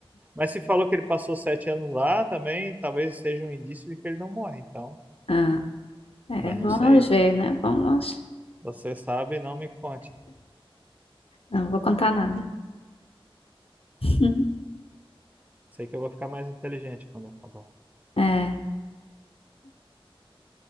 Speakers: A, on the right; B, on the left.
A: Mas se falou que ele passou sete anos lá também, talvez seja um indício de que ele não morre, então.
B: Ah. É,
A: Mas
B: vamos
A: não sei.
B: ver, né? Vamos.
A: Você sabe, não me conte.
B: Não vou contar nada. <laughs>
A: Sei que eu vou ficar mais inteligente quando acabar.
B: É.